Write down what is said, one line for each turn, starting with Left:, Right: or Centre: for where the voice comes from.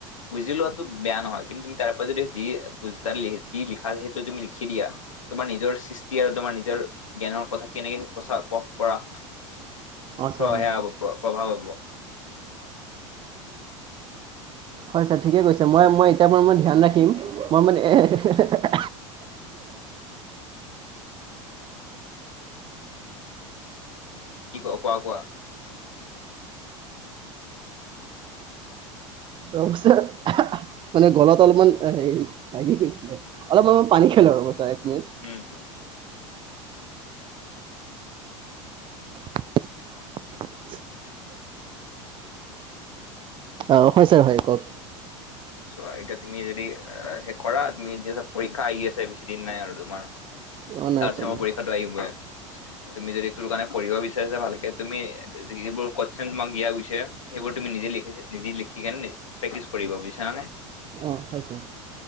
Left: বুজি লোৱাতো বেয়া নহয়, কিন্তু তুমি তাৰ পৰা যদি যি তাত যি লিখা সেইটো তুমি লিখি দিয়া। তোমাৰ নিজৰ সৃষ্টি আৰু তোমাৰ নিজৰ জ্ঞানৰ কথা কেনেকে প্ৰচাৰ পৰা
Right: অ
Left: প্ৰ
Right: ছাৰ
Left: সেয়া
Right: অ
Left: হ'ব প্ৰ প্ৰভাৱ হ'ব।
Right: হয় ছাৰ ঠিকে কৈছে মই মই এতিয়াৰ পৰা মই ধ্যান ৰাখিম, মই মানে
Left: কি ক কোৱা কোৱা। <unintelligible>
Right: ৰব ছাৰ মনে গলত অলপ মান হেৰি লাগি গৈছিলে। অলপ সময় পানী খালো লো ৰ'ব ছাৰ এক মিনিট।
Left: উম।
Right: <unintelligible> অ হয় ছাৰ হয় কওক।
Left: চোৱা এতিয়া তুমি যদি সেই কৰা তুমি এতিয়া চ পৰীক্ষা আহি আছে বেছি দিন নাই আৰু তোমাৰ।
Right: অ নাই
Left: তাৰ পিছত
Right: ছাৰ
Left: আমাৰ
Right: নাই
Left: পৰীক্ষাটো আহিবই। তুমি যদি তোৰ কাৰণে পঢ়িব বিচাৰিছা ভালকে তুমি যিবোৰ কুচ্চন তোমাক দিয়া গৈছে। সেইবোৰ তুমি নিজে লখি নিজে লিখি কেনে প্ৰেক্টিচ কৰিব। বুজিছা নে?
Right: অ হয় ছাৰ।